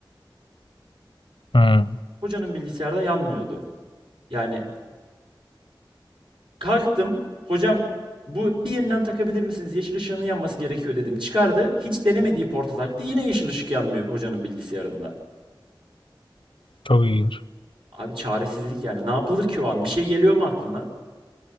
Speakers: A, on the left; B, on the right.
A: Hmm,
B: Hocanın bilgisayarda yanmıyordu. Yani kalktım. Hocam bu bir yeniden takabilir misiniz? Yeşil ışığının yanması gerekiyor dedim. Çıkardı. Hiç denemediği porta taktı. Yine yeşil ışık yanmıyor hocanın bilgisayarında.
A: çok ilginç.
B: Abi çaresizlik yani. Ne yapılır ki o an? Bir şey geliyor mu aklına?